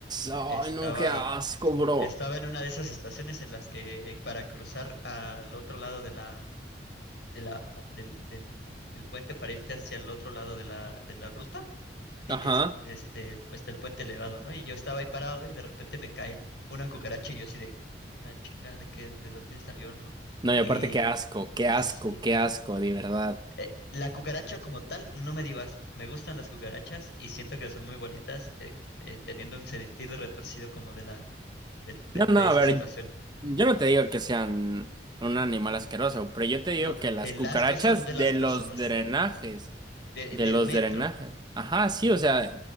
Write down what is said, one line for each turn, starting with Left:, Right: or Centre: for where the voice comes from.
Right: Ay,
Left: Estaba
Right: no, qué asco, bro.
Left: Estaba en una de esas estaciones en las que para cruzar al otro lado de la, de la, del, del, del puente para irte hacia el otro lado de la, de la ruta, ti-
Right: Ajá.
Left: es- este, el- pues, está el puente elevado, ¿no? Y yo estaba ahí parado y de repente me cae una cucaracha y yo así de, ah, chinga, ¿de qué, de dónde salió, no?
Right: No, y
Left: Y
Right: aparte, qué asco, qué asco,
Left: sí,
Right: qué asco, de verdad.
Left: eh, la cucaracha como tal no me dio asco. Me gustan las cucarachas y siento que son muy bonitas, eh, eh, teniendo un sentido retorcido como de la, del del-
Right: No, no,
Left: de
Right: a
Left: esa
Right: ver,
Left: situación
Right: yo no te digo que sean un animal asqueroso, pero yo te
Left: No,
Right: digo que las
Left: el
Right: cucarachas
Left: asco son de las
Right: de
Left: personas,
Right: los drenajes,
Left: de-
Right: de
Left: del
Right: los
Left: metro.
Right: drenajes. Ajá, sí, o sea,